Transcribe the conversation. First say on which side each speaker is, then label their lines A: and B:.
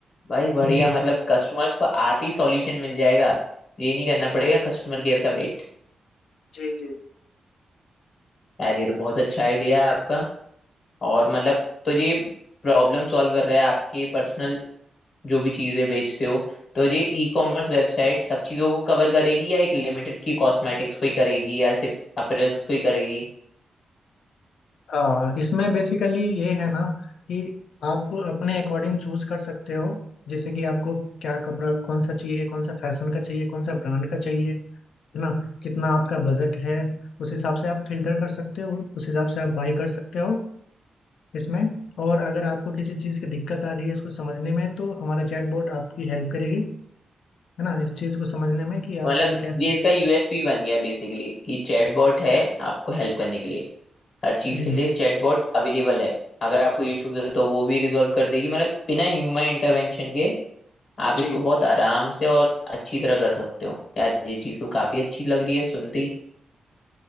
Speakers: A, on the left; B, on the left.
A: भाई बढ़िया
B: जी
A: मतलब कस्टमर्स को आते ही सॉल्यूशन मिल जाएगा ये नहीं करना पड़ेगा कस्टमर केयर का वेट
B: जी जी
A: यार ये तो बहुत अच्छा आइडिया है आपका और मतलब तो ये प्रॉब्लम सॉल्व कर रहा है आपके पर्सनल जो भी चीजें बेचते हो तो ये ई कॉमर्स वेबसाइट सब चीजों को कवर करेगी या एक लिमिटेड की कॉस्मेटिक्स को ही करेगी या सिर्फ अपरेल्स को ही करेगी
B: आ, इसमें बेसिकली ये है ना कि आप अपने अकॉर्डिंग चूज कर सकते हो जैसे कि आपको क्या कपड़ा कौन सा चाहिए कौन सा फैशन का चाहिए कौन सा ब्रांड का चाहिए है ना कितना आपका बजट है उस हिसाब से आप फिल्टर कर सकते हो उस हिसाब से आप बाई कर सकते हो इसमें और अगर आपको किसी चीज़ की दिक्कत आ रही है इसको समझने में तो हमारा चैटबॉट आपकी हेल्प करेगी है ना इस चीज़ को समझने में कि आप
A: मतलब
B: कैसे
A: ये इसका यूएसपी बन गया बेसिकली कि चैटबॉट है आपको हेल्प करने के लिए हर चीज
B: जी
A: के लिए चैटबॉट अवेलेबल है अगर आपको इश्यूज है तो वो भी रिजॉल्व कर देगी मतलब बिना ह्यूमन इंटरवेंशन के आप
B: जी
A: इसको बहुत आराम से और अच्छी तरह कर सकते हो यार ये चीज तो काफी अच्छी लग रही है सुनती